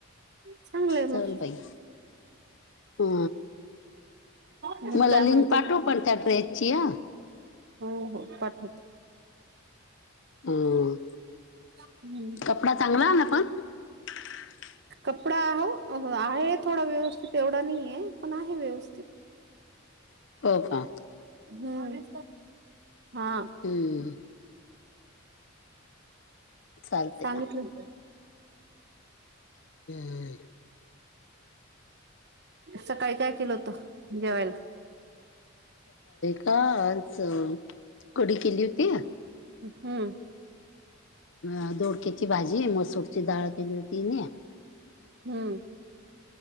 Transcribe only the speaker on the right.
चांगलंय
मग
मग
काय
म्हणते
हो हो पाठवते
हम्म
कपडा हो आहे थोडा व्यवस्थित एवढा नाही आहे पण आहे व्यवस्थित
हम्म हा
सांगितलं <inaudible>
सकाळी काय केलं होत जेवायला
हम्म,
हम्म